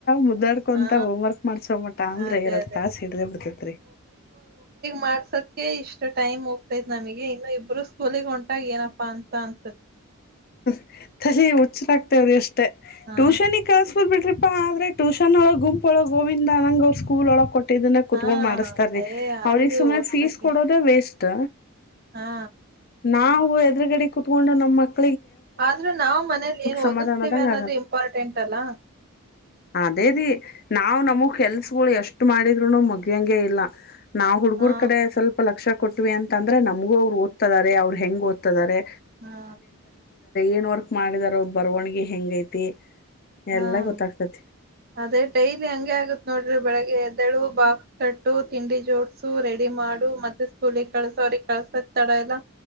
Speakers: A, on the left; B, on the right.
A: ಮುದ್ದಾಡ್ಕೊಂತ
B: ಹಾ
A: ಹೋಮ್ ವರ್ಕ್ ಮಾಡ್ಸೋ ಮಟ ಅಂದ್ರೆ
B: ಅದೇ
A: ಎರಡ್
B: ಅದೇ
A: ತಾಸ ಹಿಡ್ದೆ ಬಿಡ್ತೇತ್ರಿ
B: ಮಾಡ್ಸದ ಇಷ್ಟು ಟೈಮ್ ಹೋಗ್ತೈತ್ ನಮಗೆ ಇನ್ನು ಇಬ್ಬರು ಸ್ಕೂಲಗ್ ಹೊಂಟಾಗ ಏನಪ್ಪಾ ಅಂತ ಅನ್ಸತ್
A: ಹ ತ ಹುಚ್ಚರಾಗ್ತೇವ್ರಿ ಅಷ್ಟೇ
B: ಹಾ
A: ಟ್ಯೂಷನ್ಗ್ ಕಳಸಬರ್ ಬಿಟ್ರಿಪಾ ಆದ್ರೆ ಟ್ಯೂಷನ್ ಒಳ ಗುಂಪೊಳಗ್ ಗೋವಿಂದಾನಂಗ್ ಸ್ಕೂಲ್ ಒಳಗೆ ಕೊಟ್ಟು ಇದನ್ನ ಕುೂತ್ಕೊಂಡ್
B: ಹಾ
A: ಮಾಡಸ್ತಾರೀ
B: ಏ ಅಲ್ಲಿ
A: ಅವ್ರಿಗೆ ಸುಮನೆ
B: ಓದ್ಸಕ್ಕೆ
A: ಫೀಸ್ ಕೊಡೋದೇ ವೇಸ್ಟ್
B: ಹಾ
A: ನಾವು ಎದುರುಗಡೆ ಕುೂತ್ಕೊಂಡು ನಮ್ಮಕ್ಕ
B: ಆದ್ರೆ ನಾವು ಮನೇಲಿ ಏನು
A: ಸಮಾಧಾನದಂಗ
B: ಓದಿಸ್ತೀವಿ ಅನ್ನೋದು ಇಂಪಾರ್ಟೆಂಟ್ ಅಲ್ಲ
A: ಅದೇದೀ ನಾವ್ ನಮಗ್ ಕೆಲ್ಸಗಳು ಎಷ್ಟು ಮಾಡಿದ್ರುನು ಮಗ್್ಯಂಗಗೆ ಇಲ್ಲ ನಾವು ಹುಡುಗರ
B: ಹಾ
A: ಕಡೆ ಸ್ವಲ್ಪ ಲಕ್ಷ ಕೊಟ್ಟವಿ ಅಂತಂದ್ರೆ ನಮಗೂ ಅವರು ಓದ್ತಾರೆ ಅವ್ರು ಹೆಂಗೆ ಓದ್ತಾರೆ
B: ಹಾ
A: ಏನ್ ವರ್ಕ್ ಮಾಡಿದಾರ ಅವ ಬರವಣಗ ಹೆಂಗ ೈತಿ
B: ಹಾ
A: ಎಲ್ಲಾ ಗೊತ್ತಾಗ್ತತಿ
B: ಅದೇ ಡೈಲಿ ಹಂಗೆ ಆಗತ್ ನೋಡ್ರಿ ಬೆಳಗ್ಗೆ ಎದ್ದಳು ಬಾಕ್ಸ್ ಕಟ್ಟು ತಿಂಡಿ ಜೋಡ್ಸು ರೆಡಿ ಮಾಡಿ ಮತ್ತೆ ಸ್ಕೂಲಿಗೆ ಕಳ್ಸ ಅವ್ರಿಗೆಗ್ ಕಳ್ಸ ತಡ ಎಲ್ಲ